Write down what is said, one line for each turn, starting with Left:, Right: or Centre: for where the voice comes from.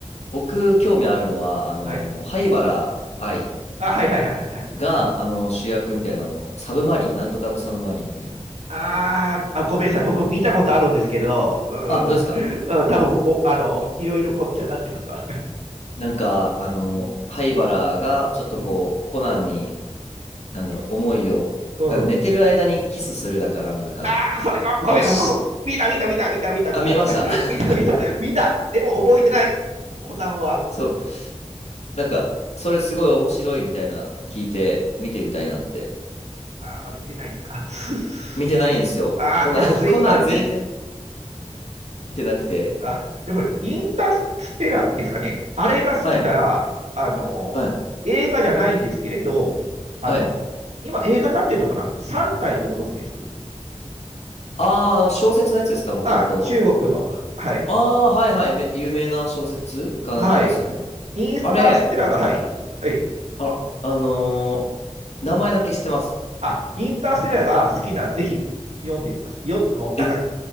Left: 僕、興味あるのは、あの、
Right: はい。
Left: 灰原哀
Right: あ、はいはいはいはい。はい。うん
Left: が、あの、主役みたいなの、サブマリン、なんとかのサブマリンみたいな。
Right: あーあ、ごめんなさい、僕見たことあるんですけど、うん、
Left: あ、本当ですか。
Right: <laughs> うん多分おあのいろいろごっちゃになってますわ。
Left: なんか、あの、
Right: うん
Left: 灰原が、ちょっとこう、
Right: うん
Left: コナンに、なんだろう、思いを、
Right: うん、
Left: なんか寝てる間にキスするだかなんだか
Right: ああ、それ、あ、ごめんなさい、
Left: のし、
Right: 僕、見た、見た、見た、見た、見た、見た、
Left: あ、見ました。
Right: 見た、見た、
Left: <laughs>
Right: 見た、見た、でも覚えてない。コナンはも
Left: そう、なんか、それすごい面白いみたいな聞いて、
Right: う、うん、
Left: 見てみたいなって。
Right: うん、ああ、まだ見てないんですか。<laughs>
Left: 見てないんですよ。
Right: ああ、
Left: コナン、
Right: じゃあもうずい、
Left: <laughs> コナン全然
Right: あれ、い、
Left: 見てなくて。
Right: あ、でもね、インターステラーですかね。あれが好きなら、
Left: はい、
Right: あの、
Left: はい、
Right: 映画じゃないんですけれど、あの、
Left: はい。
Right: 今映画になってるのかな ?3 体ってご存知です
Left: あー、あの、小説のやつですか、もともと。
Right: あ、中国の、はい、
Left: あー、はいはい、め有名な小説かなんかですよね。
Right: はい。インターステラーが、
Left: あれ、
Right: はい、はい。
Left: あ、あのー名前だけ知ってます。
Right: あ、インターステラーが好きならぜひ読んでください。読ん、もうなんか、
Left: え、